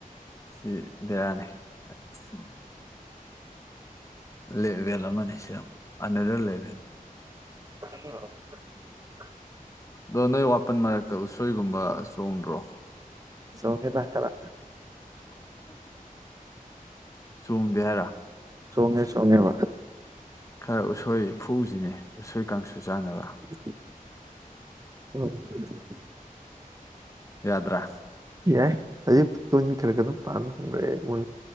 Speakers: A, on the left (about 20°); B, on the right (about 25°).
A: ꯁꯤꯗꯤ ꯕꯦꯔꯥꯅꯦ ꯏꯁ ꯂꯦꯚꯦꯜ ꯑꯃꯅꯤ ꯁꯤꯅ ꯑꯅꯗꯔ ꯂꯦꯚꯦꯜ
B: <unintelligible>
A: ꯑꯗꯣ ꯅꯣꯏ ꯋꯥꯄꯟ ꯃꯔꯛꯇ ꯎꯁꯣꯏꯒꯨꯝꯕ ꯆꯣꯡꯗ꯭ꯔꯣ
B: ꯆꯣꯡꯉꯦꯗ ꯈꯔ
A: <unintelligible> ꯆꯣꯡꯗꯦ ꯍꯥꯏꯔꯣ
B: ꯆꯣꯡꯉꯦ ꯆꯣꯡꯉꯦꯕ
A: ꯈꯔ ꯎꯁꯣꯏ ꯐꯨꯛꯎꯖꯤꯅꯦ ꯎꯁꯣꯏ ꯀꯥꯡꯁꯨ ꯆꯥꯅꯕ
B: <unintelligible> ꯍꯣꯏ
A: ꯌꯥꯗ꯭ꯔꯥ
B: ꯌꯥꯏ ꯑꯌꯨꯛꯇꯣꯀꯣ ꯃꯤ ꯈꯔ ꯈꯔ ꯑꯗꯨꯝ ꯄꯥꯟ ꯍꯧꯅꯔꯛꯑꯦ ꯃꯣꯏ